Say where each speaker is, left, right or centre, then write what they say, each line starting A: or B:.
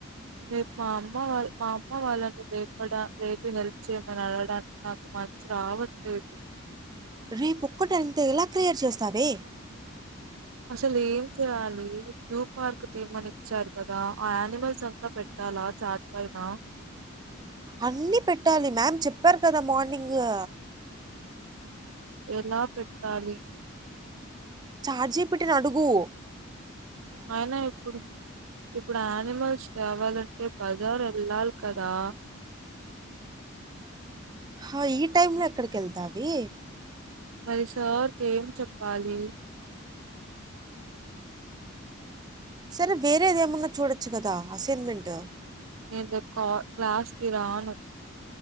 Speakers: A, on the right; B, on the right.
A: రేప్ మా అమ్మ వాళ్ మా అమ్మ వాళ్ళని లేపడా లేపి హెల్ప్ చేయమని అడగడానికి నాకు మంచి రావట్లేదు.
B: రేపు ఒక్కటంటే ఎలా క్లియర్ చేస్తావే
A: అసలు ఏం చేయాలీ జూ పార్కు చెయ్మని ఇచ్చారు కదా ఆ యానిమల్స్ అంతా పెట్టాలా చాట్ గల్మా
B: అన్నీ పెట్టాలి మ్యామ్ చెప్పారు కదా మార్నింగూ
A: ఎలా పెట్టాలీ
B: చాట్‌జీపిటీని అడుగూ
A: అవునా ఇప్పుడు. ఇప్పుడు యానిమల్స్ కావాలంటే బజార్ వెళ్ళాలి కదా
B: హ ఈ టైమ్ లో ఎక్కడికెళ్తావీ
A: మరి సార్కి ఏం చెప్పాలీ
B: సరే వేరేది ఏమన్న చూడొచ్చు కదా అసైన్మెంటు
A: ఏందో క్లా క్లాస్కి రాను